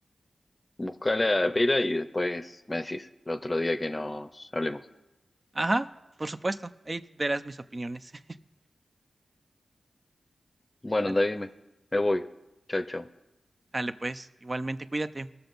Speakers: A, on the left (about 30°); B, on the right (about 30°).
A: Buscá la pela y después me decís el otro día que nos hablemos.
B: Ajá, por supuesto, ahí verás mis opiniones. <laughs>
A: Bueno,
B: Sale
A: David,
B: pues,
A: me, me voy. Chao, chao.
B: sale pues, igualmente cuídate.